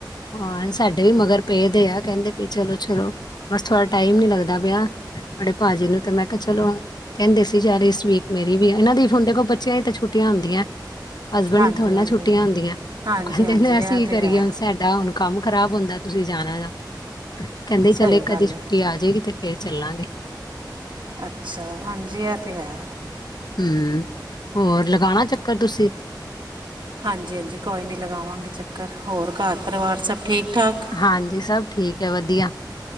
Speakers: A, on the left; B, on the right.
A: ਹਾਂ, ਸਾਡੇ ਵੀ ਮਗਰ ਪਏਦੇ ਆ। ਕਹਿੰਦੇ ਵੀ ਚਲੋ-ਚਲੋ ਬਸ, ਥੋੜਾ ਟਾਈਮ ਨੀ ਲੱਗਦਾ ਪਿਆ। ਤੁਹਾਡੇ ਭਾਜੀ ਨੂੰ ਤੇ ਮੈਂ ਕਿਹਾ- ਚਲੋ। ਕਹਿੰਦੇ ਸੀ ਯਾਰ ਸਵੀਟ ਮੇਰੀ ਵੀ ਆ। ਇਹਨਾਂ ਦੀ ਫ ਹ ਦੇਖ ਕੋਲ ਬੱਚਿਆਂ ਹੀ ਛੱਟੀਆਂ ਹੁੰਦੀਆਂ। ਹਸਬੈਂਡ
B: ਹਾਂਜੀ
A: ਦੀ ਥੋੜੇ
B: ਹਾਂਜੀ
A: ਨਾ ਛੁੱਟੀਆਂ ਹੁੰਦੀਆਂ,
B: ਹਾਂਜੀ
A: ਉਹ ਕਹਿੰਦੇ-
B: ਹਾਂਜੀ
A: ਅਸੀਂ
B: ਇਹ
A: ਕੀ
B: ਤੇ
A: ਕਰੀਏ
B: ਹੈ
A: ਸਾਡਾ ਹੁਣ ਕੰਮ ਖ਼ਰਾਬ ਹੁੰਦਾ। ਤੁਸੀਂ ਜਾਣਾ ਦਾ ਕਹਿੰਦੇ-
B: ਸਹੀ
A: ਚਲੇ ਇੱਕਦੇ
B: ਗੱਲ
A: ਛੁੱਟੀ
B: ਹੈ
A: ਆ ਜਾਏਗੀ ਤੇ ਫੇਰ ਚੱਲਾਂਗੇ।
B: ਅੱਛਾ, ਹਾਂਜੀ ਇਹ ਤਾਂ ਹੈ।
A: ਹਮ, ਹੋਰ ਲਗਾਉਣਾ ਚੱਕਰ ਤੁਸੀਂ।
B: ਹਾਂਜੀ, ਹਾਂਜੀ। ਕੋਈ ਨਹੀਂ ਲਗਾਵਾਂਗੇ ਚੱਕਰ ਹੋਰ ਘਰ ਪਰਿਵਾਰ ਸਭ ਠੀਕ- ਠਾਕ।
A: ਹਾਂਜੀ, ਸਭ ਠੀਕ ਹੈ ਵਧੀਆ।